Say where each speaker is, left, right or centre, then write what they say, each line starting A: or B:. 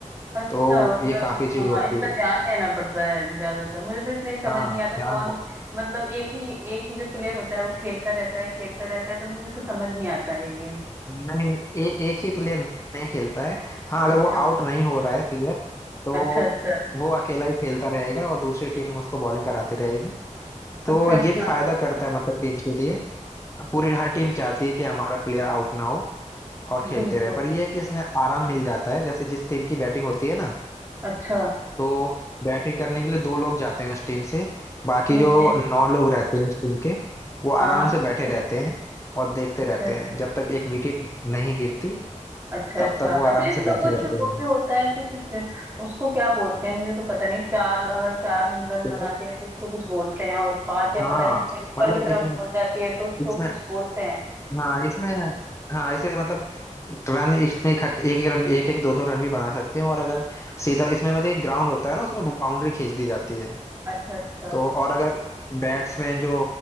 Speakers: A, on the right; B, on the left.
A: अच्छा
B: तो
A: मतलब
B: ये काफी चीज
A: हाँ
B: होती
A: इसमें
B: है
A: ध्यान देना पड़ता है ज्यादातर मुझे तो इसमें समझ
B: हाँ
A: नहीं आता
B: ध्यान
A: कौन मतलब एक ही एक ही जो प्लेयर होता है वो खेलता रहता है खेलता रहता है तो मुझे तो समझ नहीं आता है ये गेम
B: नहीं नहीं ए, एक ही प्लेयर नहीं खेलता है हाँ अगर
A: अच्छा
B: वो आउट नहीं हो रहा है प्लेयर तो
A: अच्छा अच्छा
B: वो अकेला ही खेलता रहेगा और दूसरी टीम उसको बॉलिंग कराती रहेगी तो
A: अच्छा
B: ये
A: अच्छा
B: भी फायदा करता है मतलब टीम के लिए पूरी हर टीम चाहती है कि हमारा प्लेयर आउट ना हो और खेलते
A: बिल्कुल
B: रहे पर ये है कि इसमें आराम मिल जाता है जैसे जिस टीम की बैटिंग होती है ना
A: अच्छा
B: तो बैटिंग करने के लिए दो लोग जाते हैं उस टीम से बाकी
A: ठीक
B: जो
A: है
B: नौ लोग रहते हैं उस टीम के वो
A: हाँ
B: आराम
A: हाँ ठीक
B: से बैठे
A: है।
B: रहते हैं और देखते
A: अच्छा
B: रहते
A: अच्छा
B: हैं जब तक एक विकेट नहीं गिरती
A: अच्छा
B: तब
A: अच्छा
B: तक वो
A: अच्छा
B: आराम
A: इसमें
B: से बैठे
A: कुछ
B: रहते
A: वो
B: हैं
A: भी होता है कुछ उसको क्या बोलते हैं मुझे तो पता नहीं चार अगर चार हम रन
B: जैसे
A: बनाते हैं तो उसको कुछ बोलते हैं और पांच या
B: हाँ
A: पता नहीं छह ऊपर
B: मतलब
A: की तरफ
B: इसमें
A: बोल जाती है तो उसको
B: इसमें
A: कुछ बोलते हैं
B: हाँ इसमें हाँ ऐसे मतलब रन इसमें इकट्ठे एक एक रन एक एक दो दो रन भी बना सकते हैं और अगर सीधा इसमें मतलब एक ग्राउंड होता है ना उसमें बाउंड्री खींच दी जाती है
A: अच्छा अच्छा
B: तो और अगर बैट्समैन जो